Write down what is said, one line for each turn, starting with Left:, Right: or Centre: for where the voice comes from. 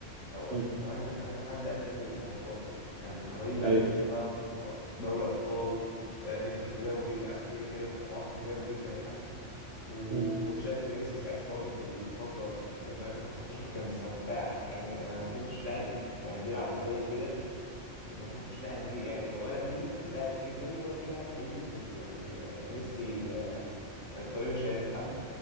Left: او 2008
Right: مم.
Left: كمان لحد 2015 كان عمالين بقى
Right: ايوه
Left: مم. نكسب بقى في أب- دوري ابطال آه، نكسب في دوري مش عارف ايه كده فالحوار كان جامد جدا يعني وكنت
Right: مم.
Left: شايف ان ميسي ساعتها برضه في الفتره من 2008 2015 كان سفاح يعني انا ما شفتش لاعب بت- يعني بيلعب زيه كده وما شفتش لاعب جه يعني ولا في لاعب جه زيه ولا في لاعب هيجي زيه يعني آه، ميسي آه، ما يتقارنش يعني في حد